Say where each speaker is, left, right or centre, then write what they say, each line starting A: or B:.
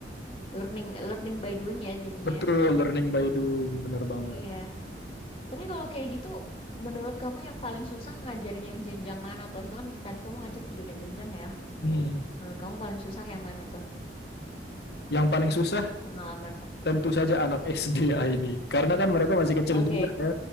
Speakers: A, on the left; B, on the left.
A: Learning learning by doing ya jadinya.
B: Betul, learning by doing, bener banget.
A: Iya. Tapi kalau kayak gitu, menurut kamu yang paling susah ngajarin yang jenjang mana? Tuh itu kan tadi kamu ngajar tiga jenjang ya.
B: Hmm.
A: Menurut kamu paling susah yang mana tuh
B: Yang paling susah
A: pengalamanmu?
B: tentu
A: Mhm.
B: saja anak SD ya ini. Karena kan mereka masih kecil
A: Oke.
B: juga ya.